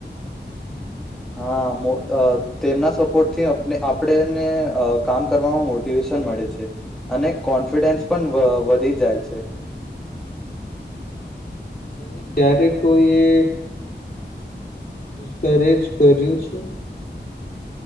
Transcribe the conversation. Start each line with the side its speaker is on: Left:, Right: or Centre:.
Centre: હા મો અ તેમના સપોર્ટથી આપને આપણેને કામ કરવામાં મોટિવેશન મળે છે અને કોન્ફિડન્સ પણ વ વધી જાય છે.
Left: તને ક્યારે કોઈ એ ડિસ્કરેજ કર્યું છે?